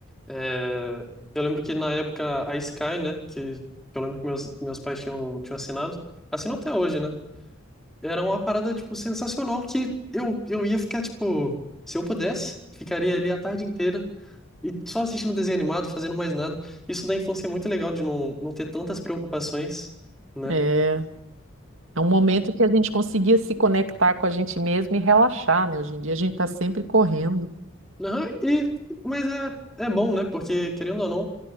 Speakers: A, in the centre; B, on the right.
A: É, eu lembro que na época a Sky, né, que, que eu lembro que meus, meus pais tinham, tinham assinado, assinam até hoje, né? Era uma parada, tipo, sensacional que eu, eu ia ficar, tipo, se eu pudesse, ficaria ali a tarde inteira e só assistindo desenho animado, fazendo mais nada. Isso da infância é muito legal de não, não ter tantas preocupações, né?
B: é É um momento que a gente conseguia se conectar com a gente mesmo e relaxar, né? Hoje em dia a gente está sempre correndo.
A: Aham, e, mas é, é bom, né? Porque, querendo ou não,